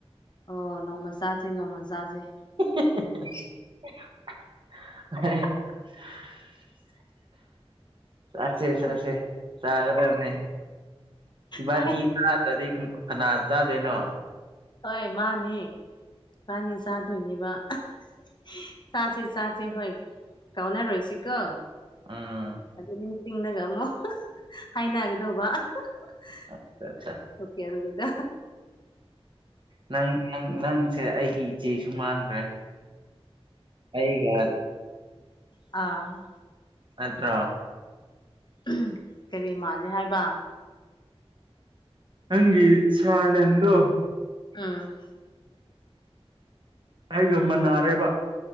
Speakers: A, on the left (about 45°); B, on the right (about 50°).
A: ꯑꯣ ꯅꯣꯡꯃ ꯆꯥꯁꯦ ꯅꯣꯡꯃ ꯆꯥꯁꯦ
B: <unintelligible> ꯆꯥꯁꯦ ꯆꯥꯁꯦ
A: ꯑꯁ
B: ꯆꯒꯗꯕꯅꯦ ꯏꯕꯥꯅꯤ
A: ꯍꯣꯏ
B: ꯆꯥꯗ꯭ꯔꯗꯤ ꯀꯅꯥ ꯆꯥꯗꯣꯏꯅꯣ
A: ꯍꯣꯏ ꯃꯥꯅꯤ ꯏꯕꯥꯅꯤ ꯆꯥꯗꯣꯏꯅꯦꯕ <unintelligible> ꯆꯥꯁꯦ ꯆꯥꯁꯦ ꯍꯣꯏ ꯀꯥꯎꯅꯔꯣꯏꯁꯤꯀꯣ
B: ꯑꯥ
A: ꯑꯗꯨ ꯅꯤꯡꯁꯤꯡꯅꯒ ꯑꯃꯨꯛ <unintelligible> ꯍꯥꯏꯅꯒꯗꯧꯕ <unintelligible>
B: ꯑꯠꯆꯥ ꯑꯠꯆꯥ
A: ꯑꯣꯀꯦ <unintelligible>
B: ꯅꯪ ꯅꯪ ꯅꯪꯁꯦ ꯑꯩꯒꯤ ꯏꯆꯦꯁꯨ ꯃꯥꯟꯈ꯭ꯔꯦ ꯑꯩꯒ
A: ꯑꯥ
B: ꯑꯠꯇ꯭ꯔꯣ
A: <unintelligible> ꯀꯔꯤ ꯃꯥꯜꯂꯦ ꯍꯥꯏꯕ
B: ꯅꯪꯒꯤ ꯁꯥꯔꯅꯦꯟꯗꯨ
A: ꯎꯝ
B: ꯑꯩꯒ ꯃꯅꯥꯔꯦꯕ